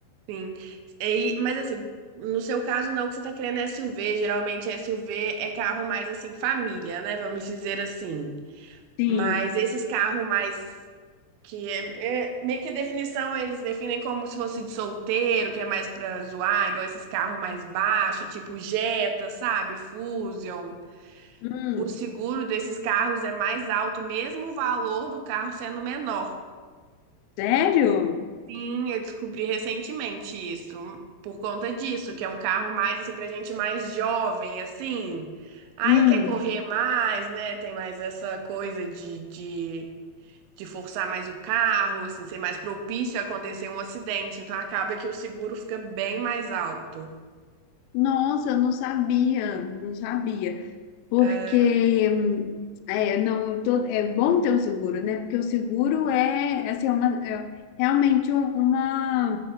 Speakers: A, on the right; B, on the left.
A: sim. E, mas assim, no seu caso não, que você tá querendo SUV. Geralmente SUV é carro mais assim, família, né? Vamos dizer assim.
B: Sim.
A: Mas esses carros mais Que é, é- meio que a definição, eles definem como se fosse de solteiro, que é mais pra zoar, igual esses carros mais baixos, tipo Jetta, sabe? Fusion.
B: Hum,
A: O seguro desses carros é mais alto, mesmo o valor do carro sendo menor.
B: sério?
A: Sim, eu descobri recentemente isso, por conta disso, que é um carro mais assim pra gente mais jovem, assim. Aí
B: Hum.
A: quer correr mais, né? Tem mais essa coisa de, de, de forçar mais o carro, assim, ser mais propício a acontecer um acidente. Então acaba que o seguro fica bem mais alto.
B: Nossa, eu não sabia, não sabia. Porque
A: É,
B: hum, é, não, todo, é bom ter o seguro, né? Porque o seguro é, assim, é uma, é realmente um- uma,